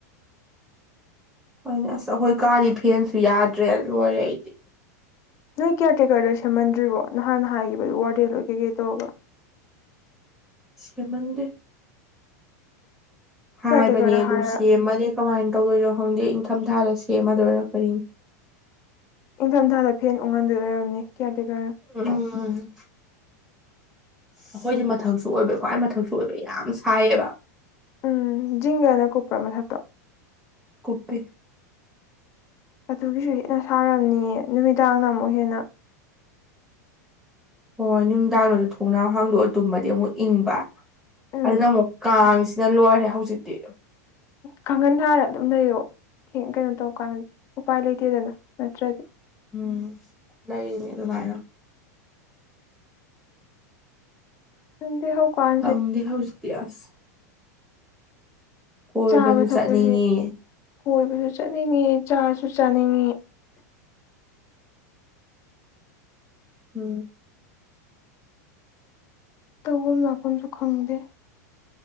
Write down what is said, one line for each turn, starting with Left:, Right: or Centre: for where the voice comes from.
Centre: ꯍꯣꯏꯅꯦ ꯑꯁ ꯑꯩꯈꯣꯏ ꯀꯥꯗꯤ ꯐꯦꯟꯁꯨ ꯌꯥꯗ꯭ꯔꯦ ꯂꯣꯏꯔꯦ ꯑꯩꯗꯤ
Left: ꯅꯣꯏ ꯀꯤꯌꯥꯔ ꯇꯦꯀꯔꯗ ꯁꯦꯝꯃꯟꯗ꯭ꯔꯤꯕꯣ ꯅꯍꯥꯟ ꯍꯥꯏꯈꯤꯕꯩ ꯋꯥꯔꯗꯦꯦꯜ ꯂꯣꯏ ꯀꯩꯀꯩ ꯇꯧꯔꯒ
Centre: ꯁꯦꯝꯃꯟꯗꯦ ꯍꯥꯏꯕꯅꯦ
Left: ꯀꯤꯌꯥꯔꯇꯦꯀꯔꯗ
Centre: ꯑꯗꯨ
Left: ꯍꯥꯏꯔ
Centre: ꯁꯦꯝꯃꯗꯤ ꯀꯃꯥꯏꯅ ꯇꯧꯗꯣꯏꯅꯣ ꯈꯪꯗꯦ ꯏꯪꯊꯝ ꯊꯥꯗ ꯁꯦꯝꯃꯗꯣꯏꯔ ꯀꯔꯤꯅꯣ
Left: ꯏꯪꯊꯝꯊꯥꯗ ꯐꯦꯟ ꯎꯪꯍꯟꯗꯣꯏ ꯑꯣꯏꯔꯝꯅꯤ ꯀꯤꯌꯔ ꯇꯦꯀꯔꯅ
Centre: ꯎꯝ ꯑꯩꯈꯣꯏꯗꯤ ꯃꯊꯛꯁꯨ ꯑꯣꯏꯕ ꯈ꯭ꯋꯥꯏ ꯃꯊꯛꯁꯨ ꯑꯣꯏꯕ ꯌꯥꯝ ꯁꯥꯏꯌꯦꯕ
Left: ꯎꯝ ꯖꯤꯡꯒꯅ ꯀꯨꯄꯔ ꯃꯊꯛꯇꯣ
Centre: ꯀꯨꯞꯄꯤ
Left: ꯑꯗꯨꯒꯤꯁꯨ ꯍꯦꯟꯅ ꯁꯥꯔꯝꯅꯤꯌꯦ ꯅꯨꯃꯤꯗꯥꯡꯅ ꯑꯃꯨꯛ ꯍꯦꯟꯅ
Centre: ꯍꯣꯏ ꯅꯨꯡꯗꯥꯡꯗꯨꯗ ꯊꯣꯛꯅꯥꯎ ꯍꯥꯡꯗꯣꯛꯑ ꯇꯨꯝꯕꯗꯤ ꯑꯃꯨꯛ ꯏꯪꯕ
Left: ꯎꯝ
Centre: ꯑꯗꯨꯅ ꯑꯃꯨꯛ ꯀꯥꯡꯁꯤ ꯁꯤ ꯅ ꯂꯣꯏꯔꯦ ꯍꯧꯖꯤꯛꯇꯤ
Left: ꯀꯥꯡꯈꯟ ꯊꯥꯔ ꯑꯗꯨꯝ ꯂꯩꯌꯣ ꯊꯦꯡ ꯀꯩꯅꯣ ꯇꯧꯀꯥꯟꯗ ꯎꯄꯥꯏ ꯂꯩꯇꯦꯗꯅ ꯅꯠꯇ꯭ꯔꯗꯤ
Centre: ꯎꯝ ꯂꯩꯔꯤꯅꯦ ꯑꯗꯨꯃꯥꯏꯅ
Left: <unintelligible>
Centre: ꯈꯪꯗꯦ ꯍꯧꯖꯤꯛꯇꯤ ꯑꯁ ꯀꯣꯏꯕꯁꯨ
Left: ꯆꯥꯕ ꯊꯛꯄꯁꯤ
Centre: ꯆꯠꯅꯤꯡꯉꯤ
Left: ꯀꯣꯏꯕꯁꯨ ꯆꯠꯅꯤꯡꯉꯤ ꯆꯥꯁꯨ ꯆꯥꯅꯤꯡꯉꯤ
Centre: ꯎꯝ
Left: ꯇꯧꯕꯝ ꯂꯥꯛꯐꯝꯁꯨ ꯈꯪꯗꯦ